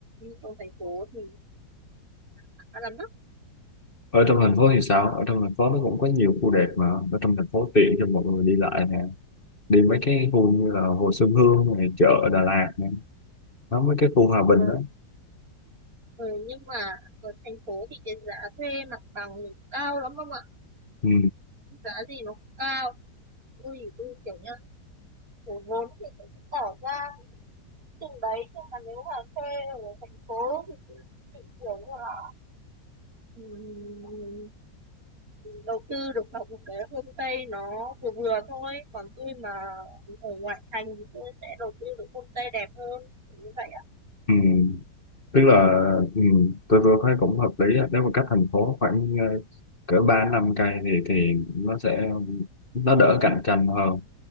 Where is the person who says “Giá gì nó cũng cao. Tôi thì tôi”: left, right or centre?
Right